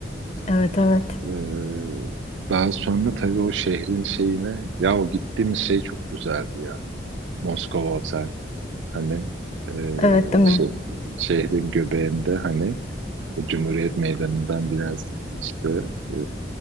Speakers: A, on the left; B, on the right.
A: Evet evet
B: Ee, daha sonra tabii o şehrin şeyine ya o gittiğimiz şey çok güzeldi ya. Moskova Otel. Hani e,
A: evet değil
B: şey,
A: mi?
B: şehrin göbeğinde hani o Cumhuriyet Meydanı'ndan biraz işte e,